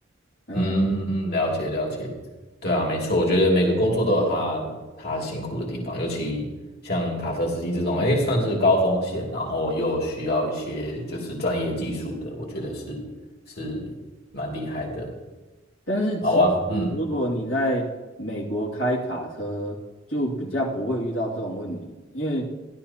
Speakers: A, on the left; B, on the left.
A: 嗯，
B: 嗯，嗯了解了解，对啊，没错，我觉得每个工作都有他他辛苦的地方，尤其像卡车司机这种，哎，算是高风险，然后又需要一些就是专业技术的，我觉得是是蛮厉害的。
A: 但是其实如果你在美国开卡车，
B: 好啊，嗯
A: 就比较不会遇到这种问题，因为